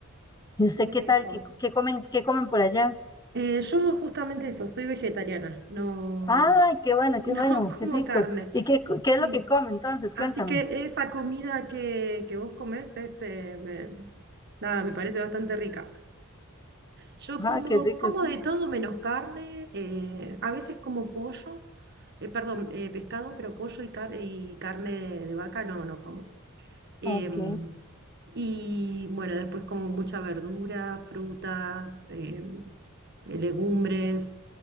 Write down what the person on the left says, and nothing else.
¿Y usted
qué tal? ¿Qué, qué comen, qué comen por allá?
Ay, qué
bueno, qué
bueno,
qué rico.
¿Y qué, co- qué
es lo que come entonces?
Cuéntame.
Ah,
qué rico,
sí.
Ok.